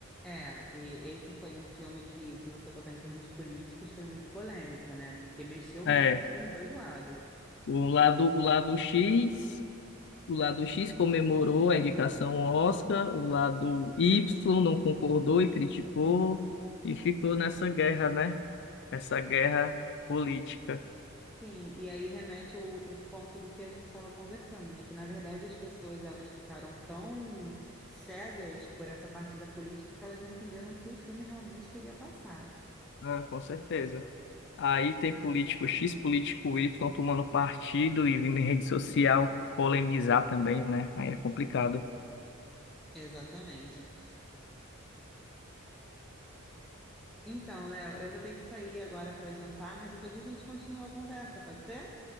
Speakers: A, in the centre; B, on the left.
A: É, e esse foi um filme que, se você botar em termos políticos, foi muito polêmico, né? Porque mexeu
B: é
A: muito com os dois lados.
B: O lado, o lado X, o lado X comemorou a indicação ao Oscar, o lado Y não concordou e criticou, e ficou nessa guerra, né? Essa guerra política.
A: Sim, e aí remete o, o ponto do que a gente estava conversando, né? Que, na verdade, as pessoas elas ficaram tão cegas por essa parte da política que elas não entenderam o que o filme realmente queria passar.
B: Ah, com certeza. Aí tem político X, político Y tomando partido e vindo em rede social polemizar também, né? Aí é complicado.
A: Exatamente. Então, Léo, eu vou ter que sair agora para jantar, mas depois a gente continua a conversa, pode ser?